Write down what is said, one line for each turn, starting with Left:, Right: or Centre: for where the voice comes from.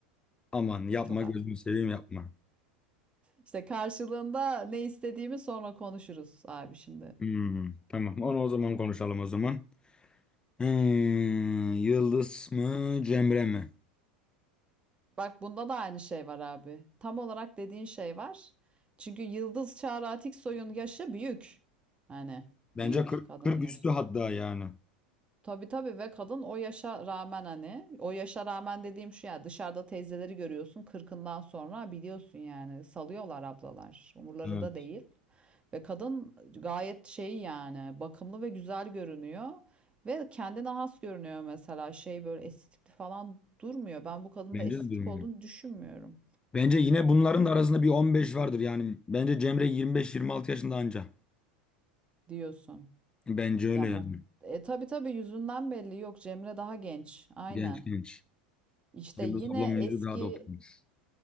Left: Aman yapma
Right: Çok az.
Left: gözünü seveyim yapma.
Right: İşte karşılığında ne istediğimi sonra konuşuruz abi şimdi.
Left: Hmm, tamam. Onu o zaman konuşalım o zaman. Hmm, Yıldız mı, Cemre mi?
Right: Bak bunda da aynı şey var abi. Tam olarak dediğin şey var. Çünkü Yıldız Çağrı Atiksoy'un yaşı büyük. Hani
Left: Bence
Right: büyük
Left: 40,
Right: kadının
Left: 40
Right: yaşı.
Left: üstü hatta yani.
Right: Tabii tabii ve kadın o yaşa rağmen hani o yaşa rağmen dediğim şu ya dışarıda teyzeleri görüyorsun kırkından sonra biliyorsun yani salıyorlar ablalar umurlarında
Left: Evet.
Right: değil. Ve kadın gayet şey yani bakımlı ve güzel görünüyor ve kendine has görünüyor mesela şey böyle estetikli falan durmuyor. Ben bu kadında
Left: Bence
Right: estetik
Left: de durmuyor.
Right: olduğunu düşünmüyorum
Left: Bence yine bunların da arasında bir 15 vardır yani. Bence Cemre yirmi beş yirmi altı yaşında anca.
Right: diyorsun.
Left: Bence öyle
Right: Ya muht
Left: yani.
Right: e, tabii tabii yüzünden belli yok Cemre daha genç aynen.
Left: Genç genç.
Right: İşte
Left: Yıldız
Right: yine
Left: ablamın
Right: eski
Left: yüzü daha da oturmuş.